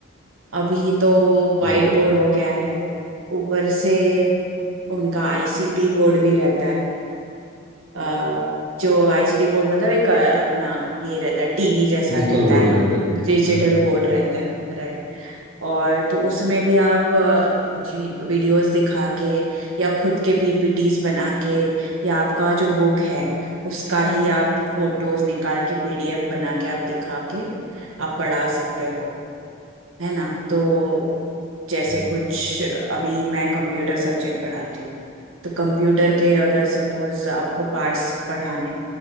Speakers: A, on the right; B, on the right.
A: अभी तो
B: जी,
A: वाइट
B: बिल्कुल
A: बोर्ड हो गया है ऊपर से उनका आईसीटी बोर्ड भी रहता है अ, जो आईसीटी बोर्ड मतलब एक अ, अपना ये रहता है टीवी जैसा
B: डिजिटल
A: रहता
B: बोर्ड
A: है
B: रहता है
A: डिजिटल
B: हाँ जी
A: बोर्ड रहता है राइट और तो उसमें भी आप अ, कुछ वीडियोस दिखा के या खुद के पीपीटीज बना के या आपका जो बुक है उसका ही आप फोटोज निकाल के पीडीएफ बना के आप दिखा के आप पढ़ा सकते हो है ना तो जैसे
B: जी
A: कुछ अभी मैं कंप्यूटर सब्जेक्ट पढ़ाती हूँ तो कंप्यूटर के अगर सपोज आपको पार्ट्स पढ़ाने